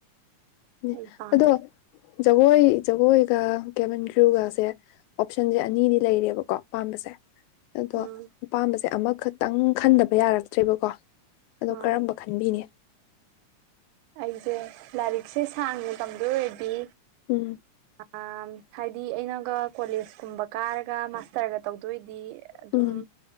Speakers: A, on the left (about 85°); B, on the right (about 85°).
A: ꯎꯝ
B: ꯑꯩ ꯄꯥꯝꯃꯦ
A: ꯑꯗꯣ ꯖꯒꯣꯏ ꯖꯒꯣꯏꯒ ꯀꯦꯕꯟ ꯒ꯭ꯔꯨꯒꯁꯦ ꯑꯣꯞꯁꯟꯁꯦ ꯑꯅꯤꯗꯤ ꯂꯩꯔꯦꯕꯀꯣ ꯑꯥꯝꯕꯁꯦ ꯑꯗꯣ
B: ꯎꯝ
A: ꯑꯄꯥꯝꯕꯁꯦ ꯑꯃꯛ ꯈꯇꯪ ꯈꯟꯗꯕ ꯌꯥꯔꯛꯇ꯭ꯔꯦꯕꯀꯣ ꯑꯗꯣ
B: ꯑꯥ
A: ꯀꯔꯝꯕ ꯈꯟꯕꯤꯅꯦ
B: ꯑꯩꯁꯦ ꯂꯥꯏꯔꯤꯛꯁꯦ ꯁꯥꯡꯅ ꯇꯝꯗꯣꯏ ꯑꯣꯏꯔꯗꯤ
A: ꯎꯝ
B: ꯑ ꯍꯥꯏꯗꯤ ꯑꯩꯅꯒ ꯀꯣꯂꯦꯁ ꯀꯨꯝꯕ ꯀꯥꯔꯒ ꯃꯥꯁꯇꯔꯒ ꯇꯧꯗꯣꯏꯗꯤ ꯑꯗꯨꯝ
A: ꯎꯝ